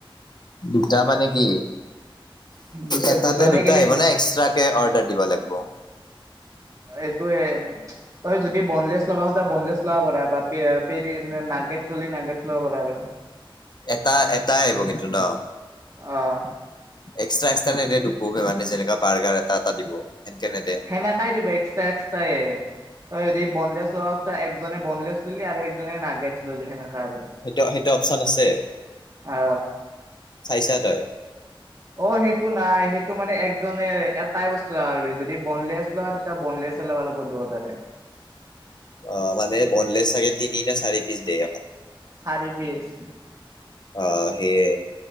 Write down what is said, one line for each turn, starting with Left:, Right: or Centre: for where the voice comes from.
Left: দুটা মানে কি?
Right: দুটা
Left: এটাতে
Right: দুজনে
Left: দুটা
Right: গেলি
Left: আহিব
Right: দু
Left: নে এক্সট্ৰাকে অৰ্ডাৰ দিব লাগিব?
Right: এইটো তই যদি বনলেছ ল'ব খোজা বনলেছ ল'ব পাৰা বা পেৰি নাগেত চলি নাগট ল'ব পাৰা আৰু।
Left: এটা এটাই আহিব কিন্তু ন?
Right: অ'।
Left: এক্সট্ৰা এক্সট্ৰা নিদে দুু মানে যেনেুৱা বাৰগাৰ এটা এটা দিব সেনকে নেদে?
Right: সেনেকাই দিব এক্সট্ৰা এক্সট্ৰাইে। তই যদি বনলেছ লবা হ একজনে বনলেছ ললি আৰু একজনে নাগেতচ ললি সেনেক আৰু।
Left: সেইটো সেইটো অপচন আছে
Right: অ
Left: চাইছা তই?
Right: অ', সেইটো নাই সেইটো মানে একজনে এটাই বস্তু আৰু যদি বনলেছ তেতিয়া বনলেছ হ'লে ভাল হ'ব দোতাৰে।
Left: অ', মানে বনলেছ চাগে তিনি নে চাৰি পিচ দিয়ে এখন?
Right: চাৰি পিছ।
Left: অ', সেইয়ে।